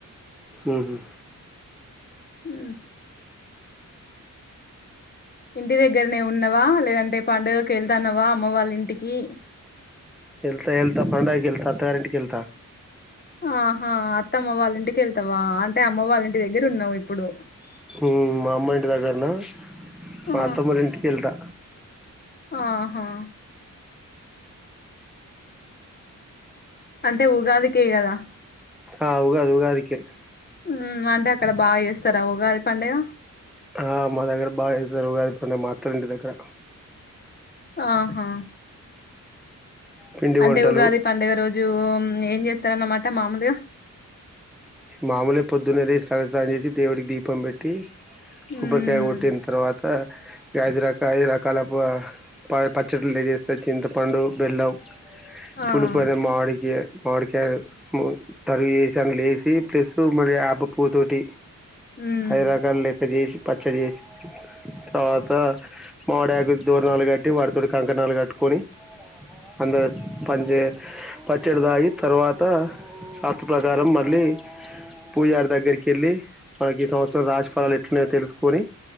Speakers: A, in the centre; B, on the left.
A: ఉహు
B: ఉహు ఇంటి దగ్గరనే ఉన్నవా లేదంటే పండుగకి వెళ్తాన్నావా అమ్మ వాళ్ళ ఇంటికి
A: ఎళ్తా ఎళ్తా ఫండగకి ఎళ్త అత్తగారింటికెళ్తా
B: ఆహా అత్తమ్మ వాళ్ళ ఇంటికెళ్తావా అ అంటే అమ్మ వాళ్ళంటి దగ్గర ఉన్నావు ఇప్పుడు
A: ఉమ్, మా అమ్మ ఇంటి దగ్గరన మా
B: ఆ
A: అత్తమ్మోళ్లింటికెళ్తా
B: ఆహా అంటే ఉగాదికే గదా
A: ఆ ఉగాది ఉగాది కే
B: ఉమ్ అంటే అక్కడ బాగా చేస్తారా ఉగాది పండుగ
A: ఆ మా దగ్గర బాగాచేస్తరు ఉగాది పండుగ మా అత్తోళ్ల ఇంటి దగ్గర
B: ఆహా
A: పిండి
B: అంటే
A: వంటలు
B: ఉగాది పండుగ రోజు ఏం చేస్తారన్నమాట మామూలుగా
A: మామూలే పొద్దున్న లేసి తల స్నానం చేసి దేవుడికి దీపం పెట్టి కొబ్బరికాయ
B: ఉమ్,
A: కొట్టిన తర్వాత ఇగ ఐదు రక ఐదు రకాల ప పచ్చడిలు లే చేేస్తే చింతపండు బెల్లం
B: ఆ
A: పలిపు అరే మాడికి మామీడికాయ తరిగేసి అండ్లేసి సి ప్లస్ మాల్యాప పూతోటి
B: ఉమ్
A: ఐదు రకలేక్కచేసి పచ్చడి చేసి తర్వాత మామిడి ఆకు దూరణాలు కట్టి వాటితోటి కంకణాలు కట్టుకొని అందరం పచ్చడి తాగి తర్వాత శాస్త ప్రకారం మళ్ళీ పూజారి దగ్గరికి వెళ్ళి మనకి ఈ సంవత్సరం రాజ ఫలాలు ఎట్లున్నాయో తెలుసుకొని